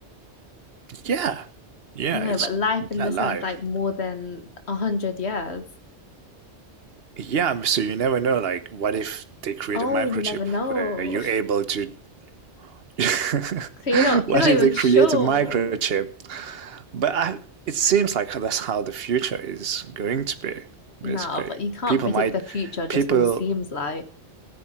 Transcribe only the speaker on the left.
No,
but life in
the sense like more than a hundred years.
Oh,
you never know.
<laughs>
So you're not
you're not
even
sure.
No, but you can't
predict
the future just
on seems like.